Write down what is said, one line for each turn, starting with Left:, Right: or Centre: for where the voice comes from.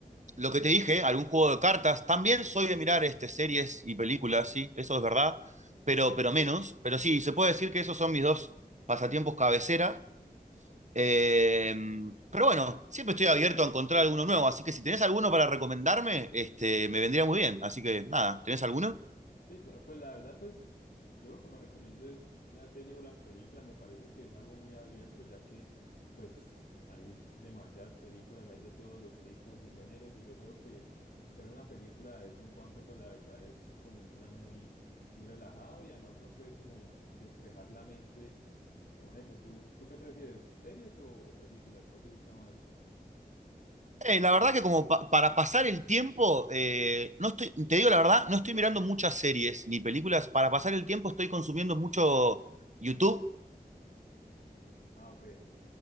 Right: lo que te dije, algún juego de cartas. También soy de mirar este, series y películas, sí, eso es verdad, pero, pero menos. Pero sí, se puede decir que esos son mis dos pasatiempos cabecera. Eh, pero bueno, siempre estoy abierto a encontrar alguno nuevo, así que si tenés alguno para recomendarme, este, me vendría muy bien. Así que nada, ¿tenés alguno?
Left: Sí, claro, pues la verdad, pues yo lo que más recomiendo es las series o las películas, me parece que es algo muy abierto, ya que pues hay demasiadas películas y hay de todos los tipos y géneros, y yo creo que ver una película de vez en cuando, pues la verdad es como un plan muy, muy relajado y además uno puede como despejar la mente con eso. ¿Tú, tú qué prefieres, series o, o películas? ¿Cuál te gusta más?
Right: Eh, la verdad que como pa- para pasar el tiempo, eh, no estoy, te digo la verdad, no estoy mirando muchas series ni películas. Para pasar el tiempo estoy consumiendo mucho YouTube
Left: Ah, ok.